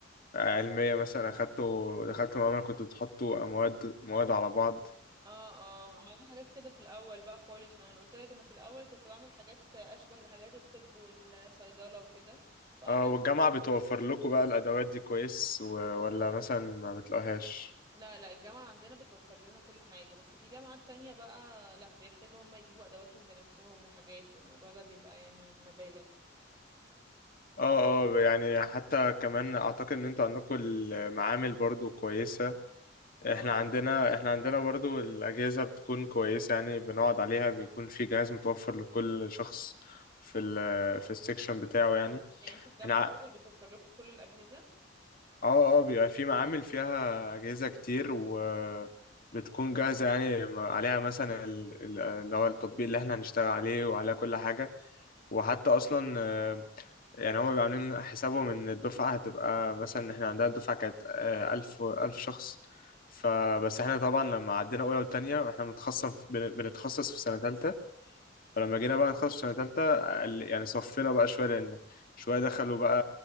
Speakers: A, on the left; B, on the right.
A: علمية مثلا أخدتوا دخلتوا معمل كنتوا بتحطوا مواد مواد على بعض
B: اه اه عملنا حاجات كده في الاول بقى خالص فانا قلت لك انا في الاول كنت بعمل حاجات اشبه لحاجات الطب والصيدله وكده فقعدنا
A: اه والجامعة بتوفر لكم بقى الأدوات دي كويس و... ولا مثلا ما بتلاقوهاش
B: لا لا الجامعة عندنا بتوفر لنا كل حاجة بس في جامعات تانية بقى لا بيحتاجوا هم يجيبوا أدواتهم بنفسهم وحاجات والموضوع ده بيبقى يعني مبالغ
A: اه اه يعني حتى كمان اعتقد ان انتوا عندكم المعامل برضو كويسة
B: اه
A: احنا عندنا احنا عندنا برضو الأجهزة بتكون كويسة يعني بنقعد عليها بيكون في جهاز متوفر لكل شخص في ال في السكشن بتاعه يعني
B: يعني انتوا الجامعة
A: احنا ع-
B: برضه اللي بتوفر لكم كل الأجهزة
A: اه اه بيبقى في معامل فيها أجهزة كتير و بتكون جاهزة يعني عليها مثلا ال- ال- اللي هو التطبيق اللي احنا هنشتغل عليه وعلى كل حاجة وحتى اصلا آه، يعني هما بيبقوا عاملين حسابهم ان الدفعه هتبقى مثلا احنا عندنا الدفعه كانت آه، ألف ألف شخص فبس احنا طبعا لما عدينا اولى وتانية احنا بنتخصص في- بن- بنتخصص في سنه تالتة فلما جينا بقى نتخصص في سنه تالتة قل- يعني صفينا بقى شويه لان شويه دخلوا بقى